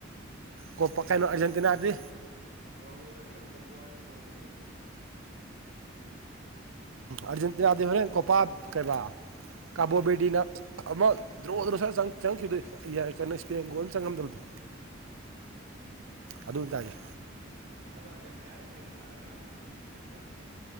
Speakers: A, on the right; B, on the right.
A: ꯀꯣꯄꯥ
B: ꯑꯩꯗꯤ
A: ꯀꯩꯅꯣ
B: ꯑꯗꯨꯗ
A: ꯑꯥꯔꯖꯦꯟꯇꯤꯅꯥꯗꯤ
B: ꯅꯣꯋꯦꯗ ꯑꯗꯨ ꯄꯋꯥꯔꯗꯤ ꯄꯨꯣꯅ
A: ꯑꯔꯖꯦꯟꯇꯤꯅꯥꯗꯤ ꯍꯔꯦꯟ ꯀꯣꯄꯥ ꯀꯩꯕꯥ ꯀꯥꯕꯣꯕꯦꯇꯅ ꯑꯃ ꯗ꯭ꯔꯣ ꯗ꯭ꯔꯣ ꯁ ꯆꯪꯈꯤꯕꯗ ꯌꯥꯏ ꯀꯥꯟꯅ ꯏꯁꯄꯦꯟꯒꯣꯜ ꯑꯃ ꯆꯪꯉꯝꯗꯕꯗꯣ
B: ꯑꯥ
A: ꯑꯗꯨꯅꯇꯥꯒꯦ
B: ꯑꯗꯣ ꯑꯥꯔꯖꯦꯟꯇꯤꯅꯥꯒ ꯁꯄꯦꯟꯒ ꯁꯥꯟꯅꯔꯒ ꯊꯪꯔꯝꯉꯕꯅꯤ ꯑꯔꯖꯤꯅꯥ